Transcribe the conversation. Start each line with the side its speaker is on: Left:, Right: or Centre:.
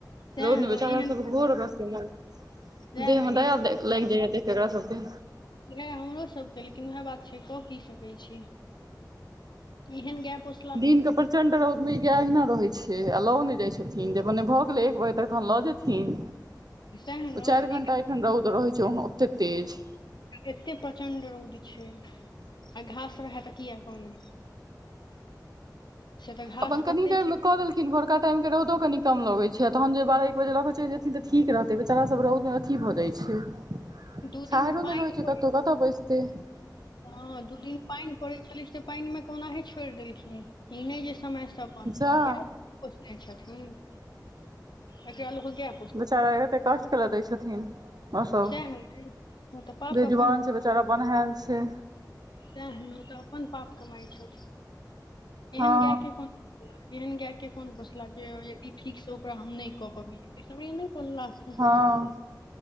Left: सएह
Right: रौद में
Left: ने
Right: बेचारा
Left: एहन
Right: सबके घोर एकरा सबके मन।
Left: सएह
Right: देह
Left: ने
Right: में दया लागि जाइया देख क एकरा सबके
Left: इएह हमरो सभके, लेकिन उएह बात छै, कऽ की सकै छी। एहन गाय पोस
Right: दिन के प्रचंड रौद में, ई गै अहिना रहै छै, आ लओ नै जाइ छथि। खिन जे, मने भऽ गेलै एक बजे तक, तहन लऽ जेथिन।
Left: सएह ने
Right: चाइर
Left: एक
Right: घण्टा एठन रौद रहै छै, ओहो ओते तेज।
Left: एते प्रचंड रौद छै, आ घास रहै तऽ किया काने तऽ घास
Right: अपन कनि
Left: कते
Right: देर
Left: छै
Right: ल कऽ देलखिन, भोरका टाइम के रौदो कनि कम लगै छै, तहन जे बारह-एक बजे लऽ क चइल जेथिन तऽ ठीक रहतै, बेचारा सब रौद में अथी भऽ जाइ छै। छाहयरो
Left: दू दिन पानि
Right: नै रहै छै
Left: पड़ै
Right: कतौ, कतऽ बैसतै?
Left: हँ, दू दिन पाइन पड़ै छेलै से, पाइन में क ओनाही छोइड़ देलखिन। ई नहि जे समय स अपन
Right: सएह
Left: गै पोसने छथिन, एकरा लोग गैय
Right: बेचारा के एते कष्ट कैला दय छथिन, ओ सब
Left: सएह ने ओ तऽ पाप
Right: बेजुवान
Left: अपन कमाइ
Right: छै बे चारा बन्हएल छै।
Left: सएह न तऽ अपन पाप कमाइ छैथ, एहन
Right: हँ
Left: गै के कोन। एहन गै के कोन पोसलाह के यदि ठीक सँ ओकरा हम नहि कऽ पबियै, अय स बढ़ियां नहि पोसला। खूब
Right: हँ।